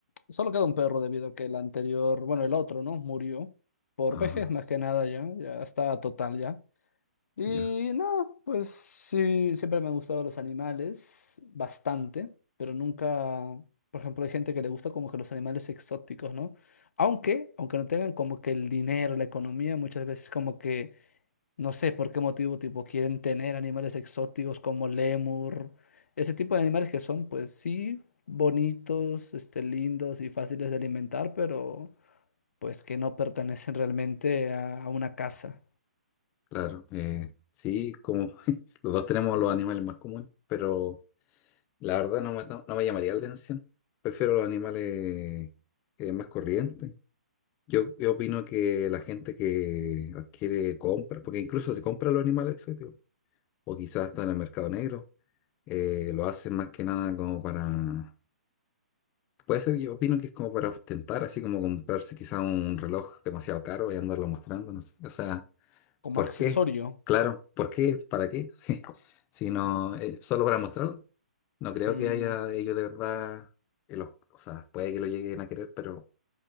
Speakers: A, on the left; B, on the left.
A: Solo queda un perro debido a que el anterior, bueno, el otro, ¿no? Murió por
B: Ajá,
A: vejez más que nada ya, ya estaba total ya. Y
B: ya,
A: no, pues sí, siempre me han gustado los animales, bastante, pero nunca, por ejemplo, hay gente que le gusta como que los animales exóticos, ¿no? Aunque, aunque no tengan como que el dinero, la economía, muchas veces como que no sé por qué motivo, tipo, quieren tener animales exóticos como lémur, ese tipo de animales que son, pues sí, bonitos, este, lindos y fáciles de alimentar, pero pues que no pertenecen realmente a, a una casa,
B: claro. eh, sí, como <laughs> los dos tenemos los animales más comunes, pero la verdad no me, no me llamaría la atención. Prefiero los animales eh, más corrientes. Yo, yo opino que la gente que adquiere compra, porque incluso se compra los animales exóticos, o quizás está en el mercado negro, eh, lo hacen más que nada como para, puede ser, yo opino que es como para ostentar, así como comprarse quizás un reloj demasiado caro y andarlo mostrando, no sé. O sea,
A: como
B: ¿por
A: accesorio.
B: qué? Claro, ¿por qué? ¿Para qué? <laughs> Sí. Si no, eh, solo para mostrarlo. No creo
A: Mm,
B: que haya ellos de verdad, eh, los, o sea, puede que lo lleguen a querer, pero